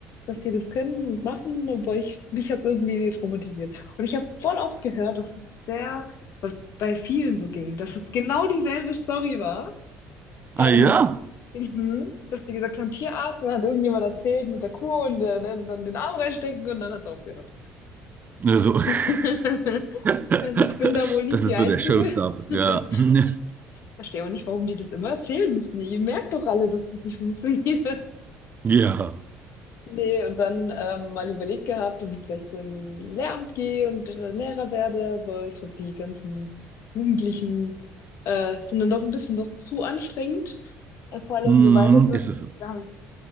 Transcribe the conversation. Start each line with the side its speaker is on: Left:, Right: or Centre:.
Left: dass die das können und machen, aber ich, mich hat irgendwie traumatisiert. Und ich habe voll oft gehört, dass es sehr, bei bei vielen so ging, dass es genau dieselbe Story war.
Right: <laughs>
Left: Ähm,
Right: ah ja,
Left: mhm, dass die gesagt haben, Tierarzt, und dann hat irgendjemand erzählt mit der Kuh und äh, dann dann den Arm reinstecken und dann hat es aufgehört.
Right: also <laughs>
Left: <laughs>
Right: <laughs>
Left: Also ich bin da wohl nicht
Right: Das ist
Left: die Einzige.
Right: so der Showstopper,
Left: <laughs>
Right: ja. <laughs>
Left: Verstehe auch nicht, warum die das immer erzählen müssen. Ihr merkt doch alle, dass das nicht funktioniert.
Right: Ja.
Left: Nee, und dann ähm, mal überlegt gehabt, ob ich vielleicht so in ein Lehramt gehe und äh, Lehrer werde, aber ich glaube, die ganzen Jugendlichen äh, sind dann doch ein bisschen noch zu anstrengend, äh, vor allem
Right: Mhm,
Left: so weiterführend.
Right: ist es so.
Left: Dann-